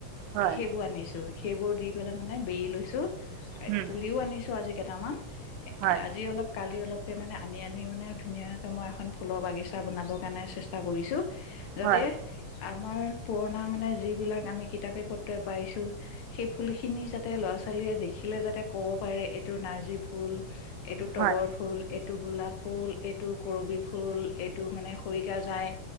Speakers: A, on the right; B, on the left.
A: হয়
B: সেইবোৰ আনিছো সেইবোৰ দি পেলাই মানে বেয়ী লৈছো। এইটো
A: উম
B: পুলিও আনিছো আজি কেইটামান এ
A: হয়
B: আজি অলপ কালি অলপ। মানে আনি আনি মানে ধুনীয়াকে মই এখন ফুলৰ বাগিছা বনাবৰ কাৰণে চেষ্টা কৰিছো। যাতে
A: হয়
B: আমাৰ পুৰণা মানে যিবিলাক আমি কিতাপে পত্ৰ পাইছো, সেই ফুল খিনি যাতে ল'ৰা ছোৱালীয়ে দেখি থিকিলে যাতে ক'ব পাৰে এইটো নাৰ্জী ফুল, এইটো তগৰ
A: হয়
B: ফুল, এইটো গোলাপ ফুল, এইটো কৰবি ফুল, এইটো মানে খৰিকা যায়।